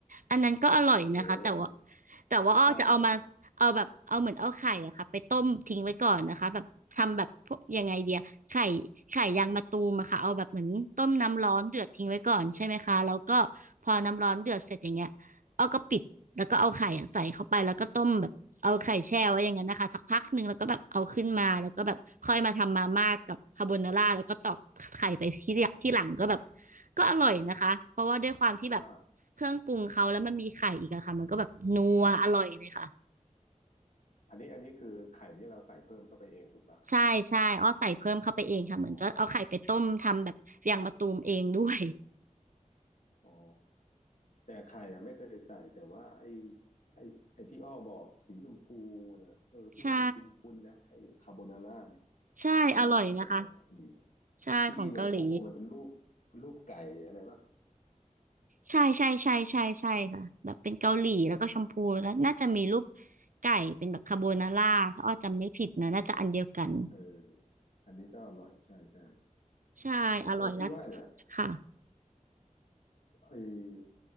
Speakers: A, on the right; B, on the left.
A: อันนั้นก็อร่อยนะคะแต่ว่า
B: เคย
A: แต่ว่าอ้อจะเอามาเอาแบบเอาเหมือนเอาไข่อะค่ะไปต้มทิ้งไว้ก่อนนะคะแบบทำแบบพวกยังไงเดียไข่ไข่ยางมะตูมอะค่ะเอาแบบเหมือนต้มน้ำร้อนเดือดทิ้งไว้ก่อนใช่ไหมคะแล้วก็พอน้ำร้อนเดือดเสร็จอย่างเงี้ยอ้อก็ปิดแล้วก็เอาไข่อะใส่เข้าไปแล้วก็ต้มแบบ
B: ใช่
A: เอาไข่แช่ไว้อย่างนั้นนะคะสักพักหนึ่งแล้วก็แบบเอาขึ้นมาแล้วก็แบบค่อยมาทำมาม่ากับคาโบนาร่าแล้วก็ตอกไข่ไปที่ที่หลังก็แบบก็อร่อยนะคะเพราะว่าด้วยความที่แบบ
B: อ่า
A: เครื่องปรุงเขาแล้วมันมีไข่อีกอะค่ะมันก็แบบนัวอร่อยเลยค่ะ
B: อันนี้อันนี้คือไข่นี่เราใส่เพิ่มเข้าไปเองถูกปะ
A: ใช่ใช่อ้อใส่เพิ่มเข้าไปเองค่ะเหมือนก็เอาไข่ไปต้มทำแบบยางมะตูมเองด้วย
B: อ๋อ อ๋อ แต่ไข่อะไม่เคยใส่แต่ว่าไอ้ไอ้ไอ้ที่อ้อบอกสีชมพูเนี่ยเออพี่ว่ามันคุ้นๆนะไอ้คาโบนาร่าเนี่ย
A: ใช่ใช่อร่อยนะคะ
B: ใช่ไหมเป็นของเกาหลี
A: ใช่ของเกาหลี
B: ที่โลโก้มันเป็นรูปรูปไก่อะไรป่ะ
A: ใช่ใช่ใช่ใช่ใช่ค่ะแบบเป็นเกาหลีแล้วก็ชมพูแล้วน่าจะมีรูปไก่เป็นแบบคาโบนาร่าถ้าอ้อจำไม่ผิดนะน่าจะอันเดียวกัน
B: เอออันนี้ก็อร่อยใช่ใช่
A: ใช่อร่อยแล้ว
B: เออพี่ว่าเนี่ย
A: ค่ะ
B: ไอ